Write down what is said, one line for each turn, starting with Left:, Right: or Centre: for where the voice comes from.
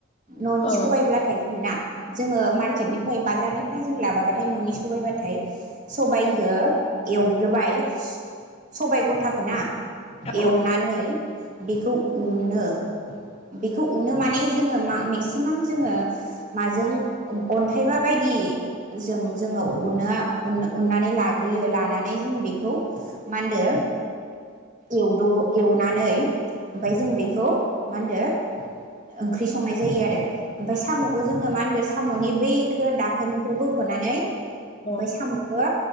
Right: ननि
Left: औ
Right: सबायब्लाथाय जोङो ना जोङो मार्केटनिफ्राय बाजार निफ्राय जों लाबाबाथाय न'नि सबायबाथाय हो
Left: उम
Right: एवग्रोबाय सबाय गथाखौ ना
Left: औ
Right: एवनानैै बेखौ उनो बेखौ उनो माने जोङो मेक्सिमाम जोङो माजों अन्थाइबा बायदि जों जोङो उनो उननानै लाग ग्रोयो लानानै जों बेखौ मानदो एवदबो एवनाय नै ओमफ्राय जों बेखौ मा होनदो ओंख्रि संनाय जायो आरो ओमफ्राय सामखौ जोङो मा होनदो सामनि बे खो दाखोनखौ बो खनानै ओमफ्राय
Left: औ
Right: सामखौ